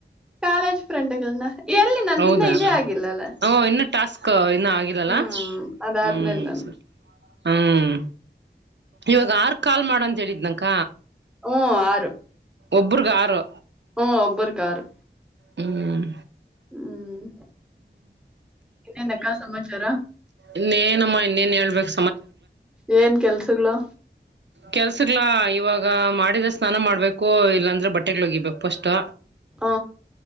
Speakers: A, in the centre; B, on the right.
A: ಕಾಲೇಜ್ ಫ್ರೆಂಡ್ಗಳನ ಎಲ್ಲಿ ನಂದಿನ್ನದ
B: ಹೌದಾ
A: ಇದೇ ಆಗಿಲ್ಲಲ್ಲ
B: ಹ ಇನ್ನು ಟಾಸ್ಕ್ ಇನ್ನ ಆಗಿದಲ್ಲ
A: ಹ್ಮ್ ಅದಾದ್ಮೇಲೆ
B: ಹ್ಮ
A: ನಾನು
B: ಸ ಹ್ಮ್ ಇವಾಗ ಆರ್ ಕಾಲ್ ಮಾಡಂತ ಹೇಳಿದ್ನಕ್ಕ
A: ಹ್ಮ್ ಆರು
B: ಒಬ್ಬ್ರಿಗ ಆರು
A: ಹ್ಮ ಒಬ್ಬರೀಗ್ ಆರು
B: ಹ್ಮ್
A: ಹ್ಮ್ ಇನ್ನೇನಕ್ಕಾ ಸಮಾಚಾರ
B: ಇನ್ನೇನಮ್ಮ ಇನ್ನೇನ್ ಹೇಳ್ಬೇಕ್
A: ಏನ್ ಕೆಲ್ಸಗ್ಳು
B: ಕೆಲ್ಸಗ್ಳಾ ಇವಾಗ ಮಾಡಿದ್ರೇ ಸ್ನಾನ ಮಾಡ್ಬೇಕು ಇಲ್ಲಾಂದ್ರೆ ಬಟ್ಟೆಗಳು ಒಗಿಬೇಕು ಫಷ್ಟು
A: ಹ